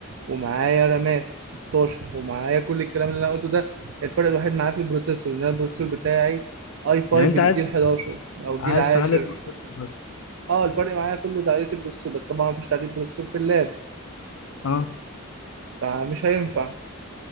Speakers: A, on the right; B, on the left.
A: ومعايا رامات 16 ومعايا كل الكلام اللي انا قلته ده الفرق الوحيد معايا في البروسيسور ان انا البروسيسور بتاعي اي 5
B: يعني
A: الجيل
B: انت عايز
A: 11 او جيل
B: عايز
A: 10
B: تعلي البروسيسور بس
A: اه الفرق معايا كله تعديل البروسيسور بس طبعا مفيش تعديل بروسيسور في اللاب
B: اه
A: فمش هينفع